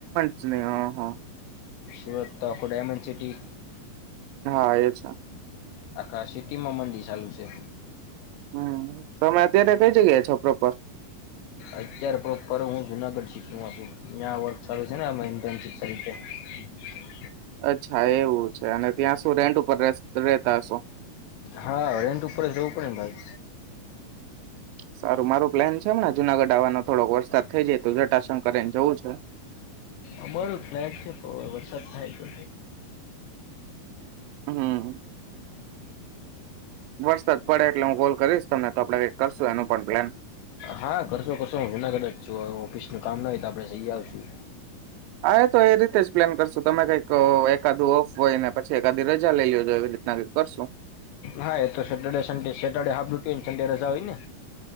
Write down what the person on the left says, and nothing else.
સુરત તો આખુ ડાયમંડ સિટી.
આખા સિટીમાં મંદી ચાલુ છે.
અત્યારે પ્રોપર હું જુનાગઢ સીટીમાં છું ત્યાં વર્ગ ચાલુ છે ને <unintelligible>
હા રેન્ટ ઉપર જ રેવું પડે ને ભાઈ.
અમારો ફ્લેટ છે વરસાદ થાય તો
હા કરશો કરશો હું જુનાગઢ જ છું ઓફિસ નું કામ નય તો આપડે જઈ આવશું.
હા એ તો સેટરડે સડે સટરડે હાફ ડૂટી ન સન્ડે રજા હોય ને.